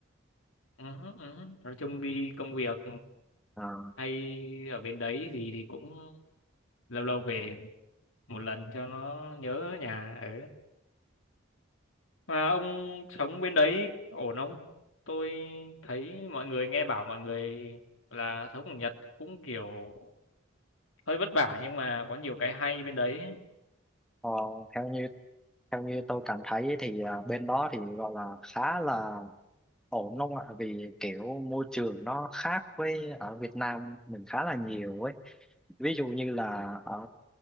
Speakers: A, on the left (about 75°); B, in the centre.
A: ừ, ừ. Nói chung đi công việc
B: À,
A: hay ở bên đấy gì thì cũng lâu lâu về một lần cho nó nhớ nhà ở. Mà ông sống bên đấy ổn không? Tôi thấy mọi người nghe bảo mọi người là sống ở Nhật cũng kiểu hơi vất vả nhưng mà có nhiều cái hay bên đấy.
B: Ờ, theo như theo như tôi cảm thấy ấy thì à, bên đó thì gọi là khá là ổn đúng không ạ vì kiểu môi trường nó khác với ở Việt Nam mình khá là nhiều ấy ví dụ như là ở